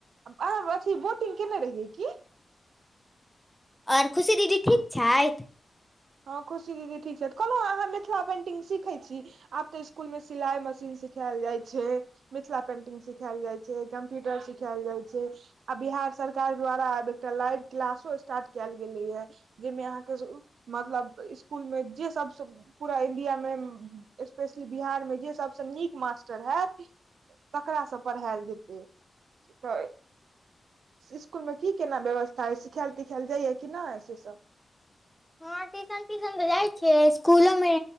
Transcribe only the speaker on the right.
अहाँ अथी बोटिंग केने रहियै कि?
हँ खुशी दीदी ठीक छथि कहलहुँ अहाँ मिथिला पेन्टिंग सिखैत छी? आब तऽ स्कुल मे सिलाई मशीन सिखायल जाइ छै। मिथिला पेंटिंग सिखायल जाइ छै कंप्यूटर सिखायल जाइ छै। आब बिहार सरकार द्वारा आब एकटा लाइव क्लासो स्टार्ट कैल गेलइ यै जाहिमे अहाँके मतलब स्कूलमे जे सबसे पूरा इण्डियामे स्पेशली बिहारमे जे सभसँ निक मास्टर होयत तकरासँ पढ़ायल जेतै तऽ। स्कुलमे कि केना व्यवस्था सिखायल तिखायल जाइएा कि नहि से सब?